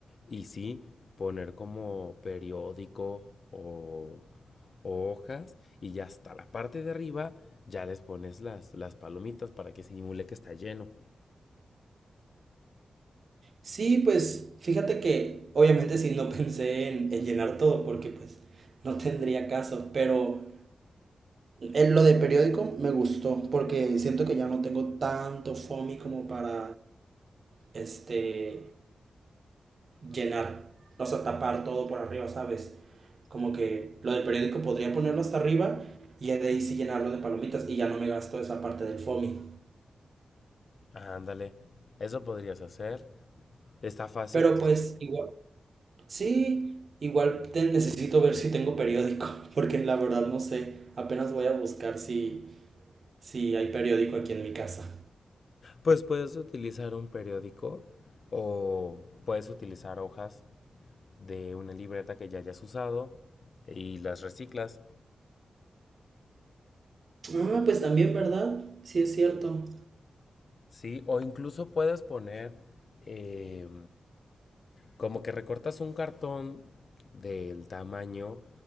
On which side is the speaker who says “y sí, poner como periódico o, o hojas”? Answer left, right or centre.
Left